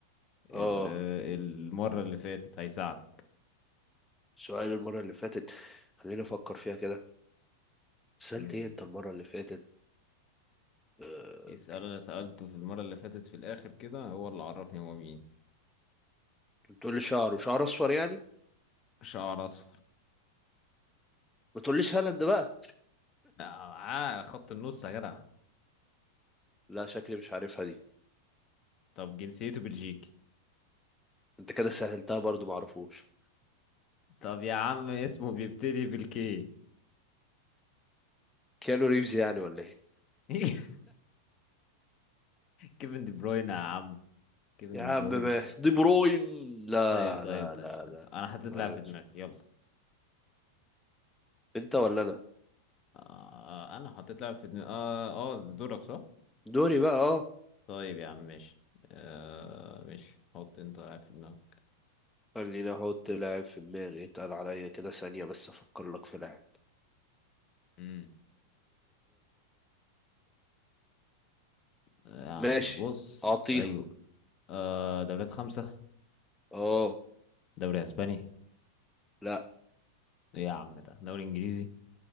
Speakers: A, on the left; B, in the centre.
A: ال-
B: اه
A: المرة اللي فاتت هيساعدك
B: سؤال المرة اللي فاتت خليني افكر فيها كده سألت
A: امم
B: ايه انت المرة اللي فاتت آه،
A: في سؤال انا سألته في المرة اللي فاتت في الاخر كده هو اللي عرفني هو مين
B: بتقول لي شعر وشعر اصفر يعني
A: شعر اصفر
B: ما تقوليش هالاند بقى
A: لا، معاه خط النص يا جدع
B: لا شكلي مش عارفها دي
A: طب جنسيته بلجيكي
B: انت كده سهلتها برضو معرفوش
A: طب يا عم اسمه بيبتدي بالكي
B: كيانو ريفز يعني ولا ايه
A: <laughs> كيفن دي بروين يا عم كيفن
B: يا
A: دي
B: عم
A: بروين
B: ما- دي بروين لا
A: طيب طيب
B: لا
A: طيب
B: لا
A: طيب,
B: لا
A: طيب. انا حطيت
B: ما
A: لها
B: لنش.
A: في دماغي يلا
B: انت ولا انا
A: آه آه، انا حطيت لها في دماغي اه اه ده دورك صح
B: دوري بقى اه
A: طيب يا عم ماشي آه ماشي حط انت لاعب في دماغك
B: خليني احط لاعب في دماغي اتقل عليا كده ثانية بس افكر لك في لاعب
A: امم يعني
B: ماشي
A: بص
B: اعطيها
A: ايوه آه دوريات خمسة
B: اه
A: دوري اسباني
B: لا
A: ايه يا عم ده دوري انجليزي